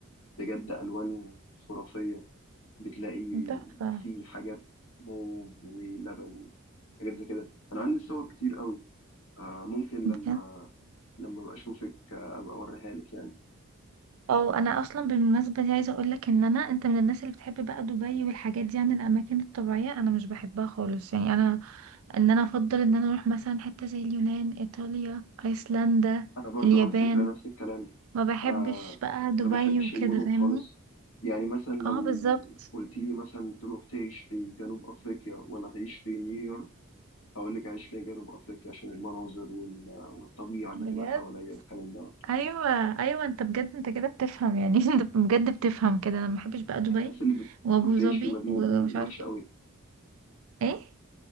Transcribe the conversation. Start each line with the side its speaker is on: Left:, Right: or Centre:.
Left: بجد الوان خرافيه بتلاقي
Right: تحفة
Left: في حاجات موف ولبن حاجات زي كده انا عندي صور كتير قوي آه، ممكن
Right: بجد.
Left: لما لما ابقى اشوفك آه، ابقى اوريها لك يعني
Right: اه انا اصلا بالمناسبه دي عايزه اقول لك ان انا انت من الناس اللي بتحب بقى دبي والحاجات دي عن الاماكن الطبيعيه انا مش بحبها خالص يعني انا ان انا افضل ان انا اروح مثلا حته زي اليونان ايطاليا ايسلندا
Left: انا برضو
Right: اليابان
Left: على فكره نفس الكلام
Right: ما بحبش
Left: آه،
Right: بقى دبي
Left: ما بحبش
Right: وكده
Left: المدن
Right: فاهمني
Left: خالص يعني مثلا لو
Right: اه بالظبط
Left: قلت لي مثلا تروح تعيش في جنوب افريقيا ولا تعيش في نيويورك هقول لك عايش فيها جنوب افريقيا عشان المناظر وال- والطبيعه اللي
Right: بجد
Left: تبقى حواليا والكلام ده
Right: ايوه ايوه انت بجد انت كده بتفهم يعني <laughs> انت بجد بتفهم كده انا ما بحبش بقى دبي
Left: الناس اللي بتروح
Right: وابو
Left: تعيش
Right: ظبي
Left: في المدينه
Right: ومش
Left: دي وحشه
Right: عارف
Left: قوي
Right: ايه